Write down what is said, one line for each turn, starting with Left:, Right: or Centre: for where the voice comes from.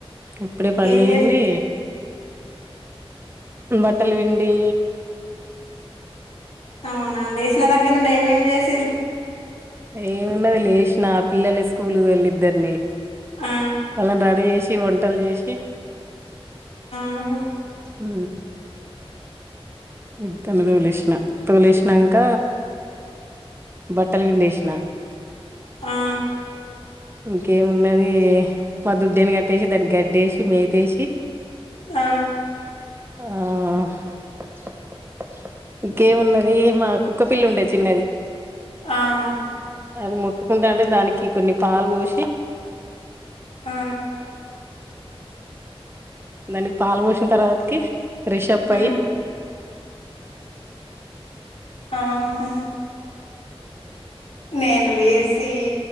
Right: ఇప్పుడే పనిదీరింది
Left: ఏం చేస్
Right: బట్టలు పిండి
Left: అవునా వేసిన దగ్గర నేమేమి చేస్తా
Right: ఏమిన్నది లేష్ నా పిల్లలు కూల్ వెళద్దరిని
Left: ఆ
Right: ర చే వచ్చి వంటలు చేసి
Left: ఆహా
Right: ఆ ఇత్తను తోలేసిన తోలేసినాక బట్టలు పిండేసిన
Left: ఆ
Right: ఇంకేమున్నది మా దుడ్డని కట్టేసి దానికి గడ్డేసి మేతేసి
Left: ఆ
Right: ఆ ఇ ఇంకేమున్నది మా కుక్క పిల్లి ఉండేది చిన్నది
Left: ఆహా
Right: అది మొత్తుకుంటా అంటే దానికి కొన్ని పాలు పోసి
Left: ఆ
Right: దానికి పాలు పోసిన తర్వాతకి ఫ్రెష్ అప్
Left: ఉమ్
Right: అయి
Left: ఆహా నేను లేసి